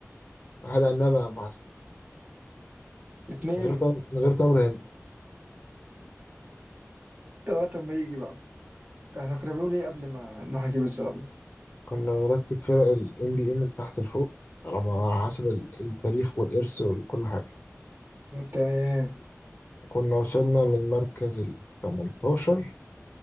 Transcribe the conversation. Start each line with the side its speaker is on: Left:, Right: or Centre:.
Left: حاجه عنبه مع عسل
Right: اتنين
Left: من غير تمر من غير تمر هندي
Right: وقت ما يجي بقى احنا كنا بنقول ايه قبل ما نروح نجيب الزرابية
Left: كنا بنرتب فرق الام بي اي من تحت لفوق على على حسب ال- التاريخ والارث وكل حاجه
Right: تمام
Left: كنا وصلنا للمركز ال 18